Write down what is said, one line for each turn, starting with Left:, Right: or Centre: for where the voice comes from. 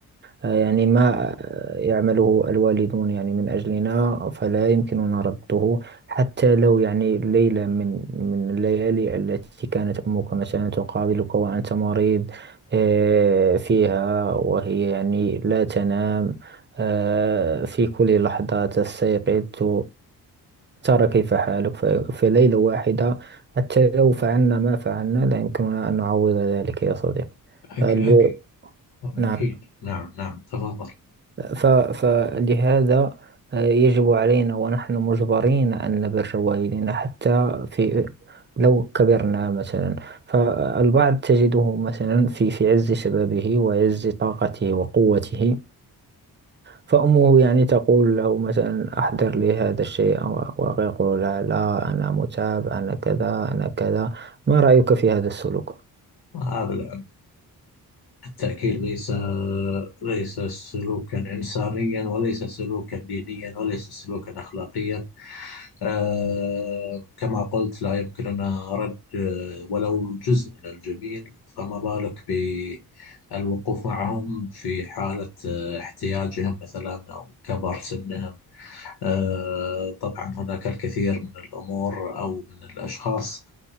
Right: يعني ما يعمله الوالدون يعني من أجلنا فلا يمكننا رده حتى لو يعني ليلة من من الليالي التي كانت أمك مثلا تقابلك وأنت مريض آه، فيها وهي يعني لا تنام آه، في كل لحظة تستيقظ ترى كيف حالك ف- في ليلة واحدة حتى لو فعلنا ما فعلنا لا يمكننا أن نعوض ذلك يا صديقي
Left: أك
Right: فالب...
Left: أك أكيد
Right: نعم
Left: نعم نعم تفضل
Right: ف... فلهذا آه، يجب علينا ونحن مجبرين أن نبر والدينا حتى في لو كبرنا مثلا فالبعض تجده مثلا في في عز شبابه وعز طاقته وقوته فأمه يعني تقول له مثلا أحضر لي هذا الشيء أو- ويقول لها لا أنا متعب أنا كذا أنا كذا ما رأيك في هذا السلوك؟
Left: هذا الع- التأكيد ليس ليس سلوكا إنسانيا وليس سلوكا دينيا وليس سلوكا أخلاقيا آه كما قلت لا يمكننا رد آه، ولو جزء من الجميل فما بالك بالوقوف معهم في حالة آه، احتياجهم مثلا أو كبر سنهم آه، طبعا هناك الكثير من الأمور أو من الأشخاص